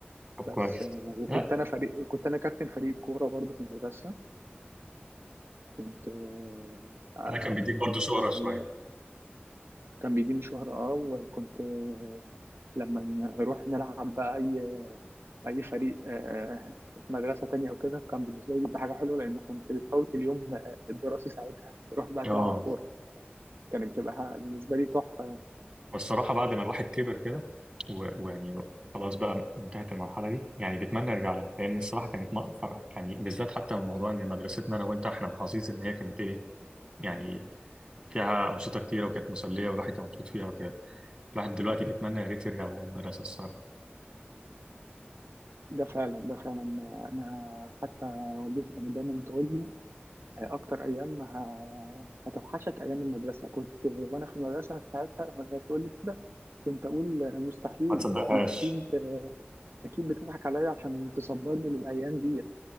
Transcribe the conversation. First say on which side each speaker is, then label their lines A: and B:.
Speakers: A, on the right; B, on the right.
A: طب كويس
B: بس آه، وكنت
A: لا
B: انا فريق كنت انا كابتن فريق الكوره برضه في المدرسه كنت آه، ع-
A: ده كان بيديك برضو شهره
B: على
A: شويه
B: كان بيديني شهرة اه وكنت آه، لما نروح نلعب بقى اي اي فريق آه، في مدرسه تانية او كده كان بالنسبه لي بيبقى حاجه حلوه لان كنت بتفوت اليوم آه، الدراسي ساعتها تروح بقى
A: اه
B: تلعب كوره كانت بتبقى ح- بالنسبه لي تحفه
A: والصراحه بعد ما الواحد كبر كده و- ويعني خلاص بقى انتهت المرحله دي يعني بيتمنى يرجع لها لان الصراحه كانت م- فرح يعني بالذات حتى من موضوع ان مدرستنا انا وانت احنا محظوظين ان هي كانت ايه يعني فيها انشطه كتيره وكانت مسليه والواحد كان مبسوط فيها وكده الواحد دلوقتي بيتمنى يا ريت يرجع لأيام المدرسة الصراحة
B: ده فعلا ده فعلا انا حتى والدتي كانت دايما تقول لي اكتر ايام ه- هتوحشك ايام المدرسه كنت وانا في المدرسه ساعتها لما كانت تقول لي كده كنت اقول مستحيل
A: ما تصدقهاش
B: دي اكيد اكيد بتضحك عليا عشان تصبرني للايام دي